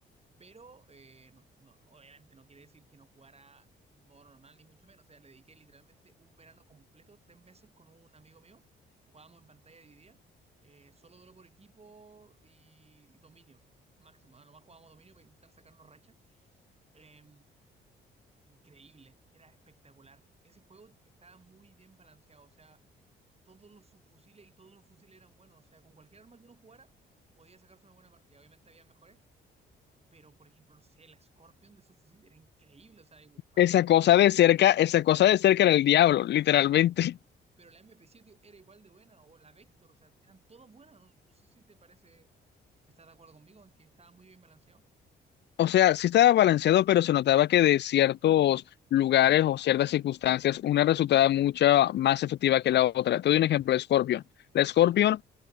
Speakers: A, on the right; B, on the left.
A: Pero eh, no, no, obviamente no quiere decir que no jugara el modo normal, ni mucho menos. O sea, le dediqué literalmente un verano completo, tres meses con un amigo mío. Jugábamos en pantalla dividida, eh, solo duelo por equipo y, y dominio máximo. A lo más jugábamos dominio para intentar sacarnos racha. Eh, Increíble, era espectacular. Ese juego estaba muy bien balanceado, o sea, todos los subfusiles y todos los fusiles eran buenos, o sea, con cualquier arma que uno jugara podía sacarse una buena partida. Obviamente había mejores, pero por ejemplo, no sé, la Scorpion de subfusil era increíble, o sea, igu- al
B: Esa
A: mismo
B: cosa de cerca, esa cosa de cerca era el diablo, literalmente.
A: pero la mp siete era igual de buena, o la Vector, o sea, eran todas buenas. No, no sé si te parece, estás de acuerdo conmigo en que estaba muy bien balanceado.
B: O sea, sí estaba balanceado, pero se notaba que de ciertos lugares o ciertas circunstancias, una resultaba mucho más efectiva que la otra. Te doy un ejemplo, la Scorpion. La Scorpion